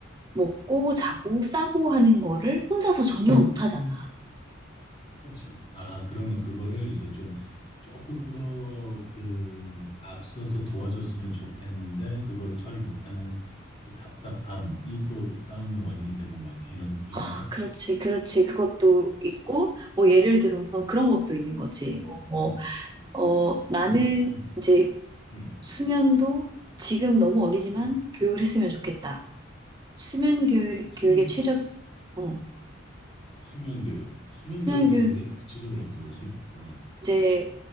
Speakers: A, on the right (about 20°); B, on the left (about 30°).
A: 먹고 자고 싸고 하는 거를 혼자서 전혀 못 하잖아.
B: 그렇지. 아, 그러면 그거를 이제 좀 조금 더 그 앞서서 도와줬으면 좋겠는데 그거를 처리 못하는 그 답답함이 또 싸움의 원인이 되고 막 이런 이런가?
A: 아, 그렇지, 그렇지. 그것도 있고 뭐 예를 들어서
B: 어,
A: 그런 것도 있는 거지.
B: 음,
A: 뭐,
B: 음,
A: 뭐,
B: 음, 음,
A: 어, 나는
B: 음, 음,
A: 이제
B: 음. 음,
A: 수면도 지금 너무 어리지만
B: 음.
A: 교육을 했으면 좋겠다. 수면 교육,
B: 수면
A: 교육의 최적, 어,
B: 수면 교육, 수면
A: 수면
B: 교육이라는
A: 교육
B: 게 구체적으로 어떤 거지? 어,
A: 이제